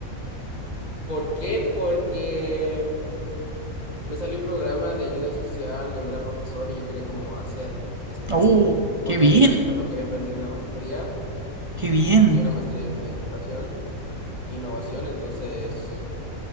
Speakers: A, on the left; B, on the right.
A: ¿Por qué? Porque me salió un programa de ayuda social donde era profesor y yo quería como hacer, es
B: ¡Oh,
A: como poner
B: qué bien!
A: en práctica lo que había aprendido en la maestría.
B: ¡Qué bien!
A: Estudié una maestría en, en educación e innovación, entonces